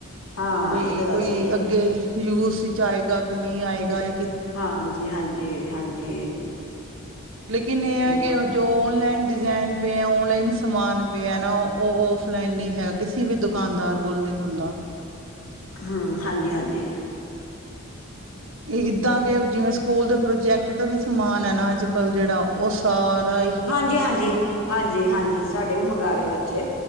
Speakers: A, on the left (about 75°); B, on the right (about 70°).
A: ਹਾਂ
B: ਬਈ
A: ਇਹ ਤਾਂ ਗੱਲ
B: ਕੋਈ
A: ਸਹੀ ਆ
B: ਅੱਗੇ ਯੂਸ ਇਚ ਆਏਗਾ ਕਿ ਨਈ ਆਏਗਾ। ਯਾ ਕਿ
A: ਹਾਂਜੀ ਹਾਂਜੀ ਹਾਂਜੀ।
B: ਲੇਕਿਨ ਇਹ ਹੈ
A: ਹ
B: ਕਿ ਜੋ ਔਨਲਾਈਨ ਡਿਜ਼ਾਇਨ ਪਏ ਆ ਓਨਲਾਈਨ ਸਮਾਨ ਪਿਆ ਐ ਨਾ ਓ ਔਫਲਾਈਨ ਨੀ ਹੈਗ ਕਿਸੀ ਵੀ ਦੁਕਾਨਦਾਰ ਕੋਲ ਨੀ ਹੁੰਦਾ।
A: ਹੰ ਹਾਂਜੀ ਹਾਂਜੀ।
B: ਇੱਦਾਂ ਕੇ ਜਿਵੇਂ ਸਕੂਲ ਦੇ ਪ੍ਰੋਜੈਕਟ ਦਾ ਵੀ ਸਮਾਨ ਐ ਨਾ ਅੱਜ ਕੱਲ ਜੇੜਾ ਔ ਸਾਰਾ ਈ
A: ਹਾਂਜੀ ਹਾਂਜੀ ਹਾਂਜੀ ਹਾਂਜੀ। ਸਾਡੇ ਵੀ ਮੰਗਾ ਰੇ ਬੱਚੇ।